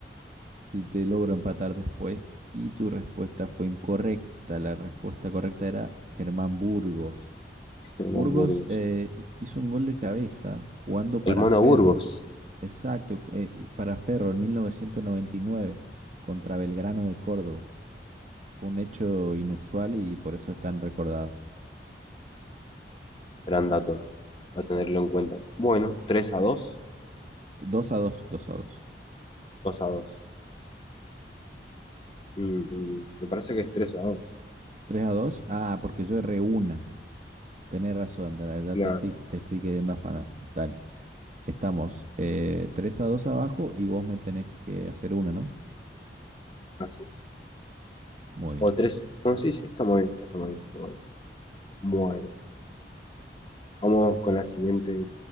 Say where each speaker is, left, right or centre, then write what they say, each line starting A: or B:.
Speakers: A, on the right; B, on the left.
A: si te logro empatar después y tu respuesta fue incorrecta. La respuesta correcta era Germán Burgos.
B: <laughs> el
A: Burgos
B: Mono Burgos.
A: eh, hizo un gol de cabeza jugando
B: El
A: para
B: Mono
A: Ferro.
B: Burgos,
A: Exacto, ju- eh, para Ferro en 1999 contra Belgrano de Córdoba. Fue un hecho inusual y por eso es tan recordado.
B: gran dato, a tenerlo en cuenta. Bueno, 3 a dos
A: 2 a dos, dos a dos.
B: dos a dos Mm, me parece que es 3 a dos
A: Tres a dos, Ah, porque yo erré una. Tenés razón, te- ya
B: claro,
A: te estoy, te estoy queriendo afanar. Dale. Estamos eh, 3 a 2 abajo y vos me tenés que hacer una, ¿no?
B: así es.
A: Muy bien.
B: O 3 no, sí, sí, está muy bien, está muy bien, está muy bien. Bueno, vamos con la siguiente